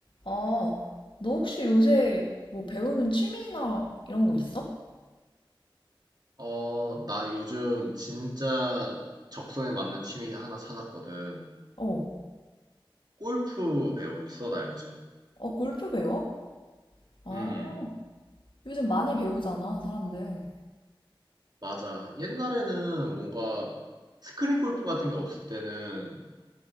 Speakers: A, on the left; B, on the right.
A: 아, 너 혹시 요새 뭐 배우는 취미나 이런 거 있어?
B: 어, 나 요즘 진짜 적성에 맞는 취미 하나 찾았거든.
A: 어,
B: 골프 배우고 있어, 나 요즘.
A: 어, 골프 배워? 아,
B: 음,
A: 요즘 많이 배우잖아, 사람들.
B: 맞아. 옛날에는 뭔가 스크린 골프 같은 게 없을 때는,